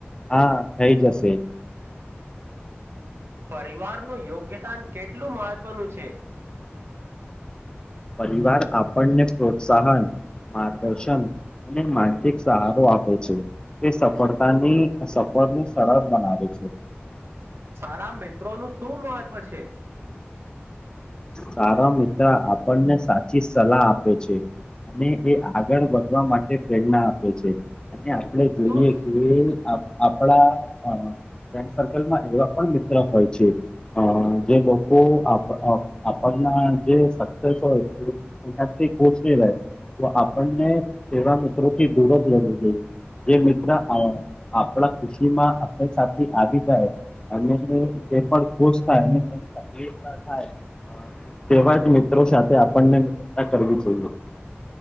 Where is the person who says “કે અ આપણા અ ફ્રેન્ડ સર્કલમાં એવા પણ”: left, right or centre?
Left